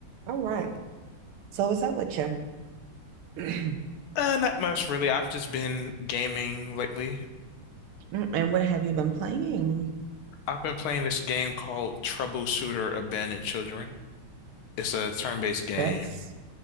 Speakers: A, on the right (about 75°); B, on the left (about 75°).
A: All right. So what's up with you? <clears throat>
B: Uh, not much really. I've just been gaming lately.
A: And what have you been playing?
B: I've been playing this game called Troubleshooter Abandoned Children. It's a turn-based game.
A: That's